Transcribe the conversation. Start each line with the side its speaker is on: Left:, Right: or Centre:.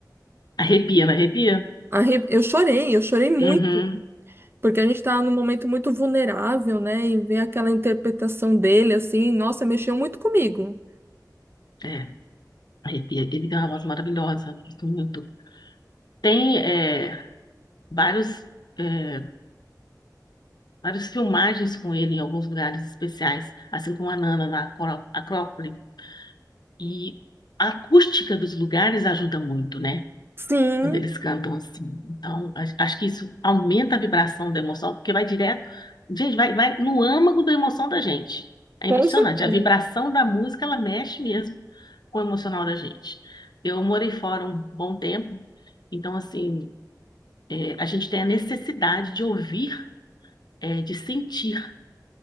Left: Arrepia, não arrepia?
Right: arre- eu chorei, eu chorei muito,
Left: Uhum.
Right: porque a gente estava num momento muito vulnerável, né? E ver aquela interpretação dele, assim, nossa, mexeu muito comigo.
Left: É, arrepia. Ele tem uma voz maravilhosa, gosto muito. Tem é, vários. É, várias filmagens com ele em alguns lugares especiais, assim como a Nana na Acró- Acrópole. E a acústica dos lugares ajuda muito, né?
Right: Sim,
Left: quando eles cantam assim. Então, a- acho que isso aumenta a vibração da emoção, porque vai direto, gente, vai, vai no âmago da emoção da gente. É impressionante.
Right: com certeza.
Left: A vibração da música, ela mexe mesmo com o emocional da gente. Eu morei fora um bom tempo, então, assim, é, a gente tem a necessidade de ouvir, é, de sentir